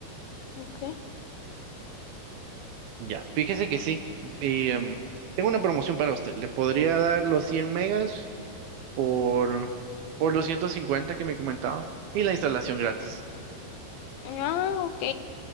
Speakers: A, on the left; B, on the right.
A: Ok.
B: Ya, fíjese que sí. y, em, tengo una promoción para usted. ¿Le podría dar los 100 megas por, por los 150 que me comentaba? Y la instalación gratis.
A: Ah, ok.